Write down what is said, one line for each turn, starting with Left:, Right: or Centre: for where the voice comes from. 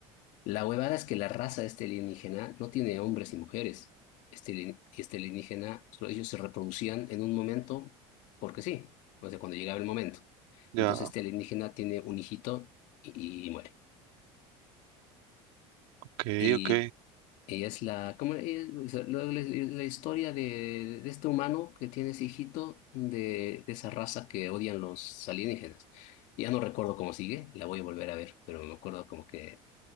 Left: La huevada es que la raza de este alienígena no tiene hombres y mujeres. Este, alien- y este alienígena, so- ellos se reproducían en un momento porque sí, o sea, cuando llegaba el momento.
Right: ya,
Left: Entonces este alienígena tiene un hijito y, y muere.
Right: ok,
Left: Y,
Right: ok.
Left: y es la, ¿cómo, eh, o sea, la, la- la historia de, de este humano que tiene ese hijito de, de esa raza que odian los alienígenas. Ya no recuerdo cómo sigue, la voy a volver a ver, pero me acuerdo como que